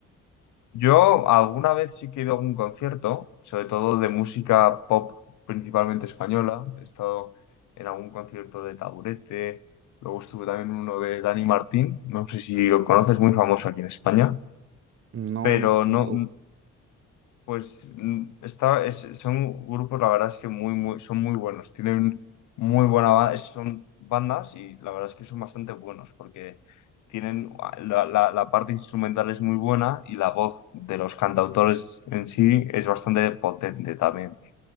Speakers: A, on the left (about 75°); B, on the right (about 45°).
A: Yo alguna vez sí que he ido a algún concierto, sobre todo de música pop, principalmente española. He estado en algún concierto de Taburete, luego estuve también en uno de Dani Martín, no sé si lo conoces, muy famoso aquí en España,
B: No,
A: pero
B: no,
A: no,
B: no lo busco.
A: pues mm, está, es- son grupos, la verdad es que muy, muy, son muy buenos, tienen muy buena ba- son bandas y la verdad es que son bastante buenos porque tienen ah, la, la- la parte instrumental es muy buena y la voz de los cantautores en sí es bastante potente también.